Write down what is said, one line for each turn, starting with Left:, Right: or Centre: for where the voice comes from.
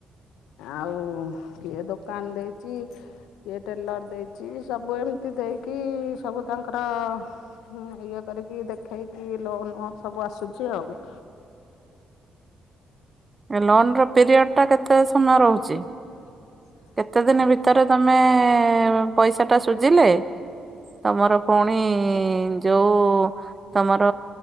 Left: ଆଉ କିଏ ଦୋକାନ୍ ଦେଇ ଚି କିଏ ଟେଲର୍ ଦେଇଚି ସବୁ ଏମତି ଦେଇକି ସବୁ ତାଙ୍କର। ହୁଁ ଇଏ କରିକି ଦେଖେଇକି ଲୋନ୍ ସବୁ ଆସୁଛି ଆଉ।
Right: ଏ ଲୋନ୍ ର ପିରିଅଡ଼ଟା କେତେ ସମୟ ରହୁଚି?
Left: <inaudible>
Right: କେତେ ଦିନି
Left: ସେଇଟା
Right: ଭିତରେ ତମେ ପଇସାଟା ସୁଜିଲେ। ତମର ପୁଣି ଯୋଉ। ତମର